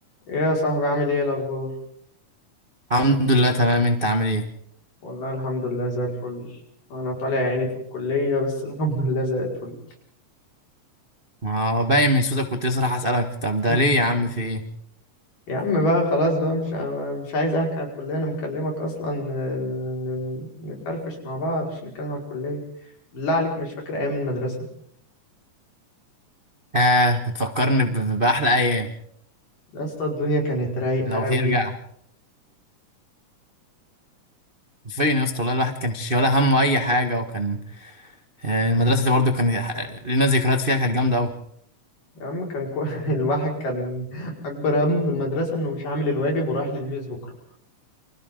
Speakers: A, on the left; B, on the right.
A: إيه يا صاحبي عامل ايه الاخبار
B: الحمد لله تمام انت عامل ايه
A: والله الحمد لله زي الفل انا طالع عيني في الكلية بس <laughs> الحمد لله زي الفل
B: ما هو باين من صوتك كنت لسه راح اسالك طب
A: <laughs>
B: ده ليه يا عم في ايه
A: يا عم بقى خلاص بقى مش مش عايز احكي على الكلية انا مكلمك اصلا ن- ن- نفرفش مع بعض مش نتكلم على الكلية بالله عليك مش فاكر ايام المدرسة
B: اه بتفكرني ب- ب- باحلى ايام
A: يا اسطى الدنيا كانت رايقة
B: لو
A: قوي
B: ترجع فين يا اسطى والله الواحد كان شي ولا همه اي حاجه وكان آه، المدرسه دي برضو كان لنا ذكريات فيها كانت جامده قوي
A: يا عم كان كو... <laughs> الواحد كان اكبر همه في المدرسة انه مش عامل الواجب ورايح للميز بكرة